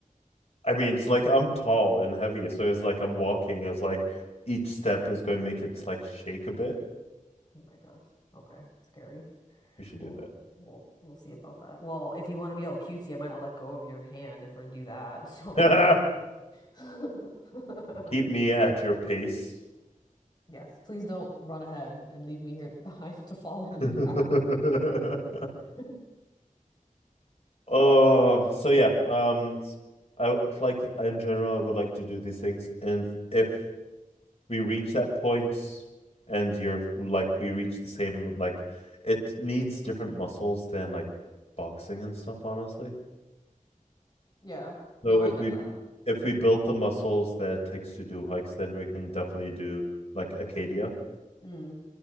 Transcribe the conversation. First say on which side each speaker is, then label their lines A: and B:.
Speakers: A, on the left; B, on the left.
A: I mean, it's like I'm tall and heavy, so it's like I'm walking. It's like each step is going to make it like shake a bit.
B: Oh my gosh. Okay. Scary.
A: We should
B: We'll
A: do
B: we'll we'll see about that. Well, if you want to be all cutesy, I might not let go of your hand if we do that. So
A: that.
B: <laughs>
A: <laughs> Keep me at your pace.
B: yes, please don't run ahead and leave me here <laughs> behind to fall in
A: <laughs>
B: and drown. <laughs>
A: Oh, so yeah. Um, I like in general, I would like to do these things, and if we reach that point and you're like we reach the same like it needs different muscles than like boxing and stuff honestly
B: Yeah. No,
A: so
B: I
A: if
B: get
A: we
B: that.
A: if we build the muscles that it takes to do hikes then we can definitely do like acadia
B: Mm.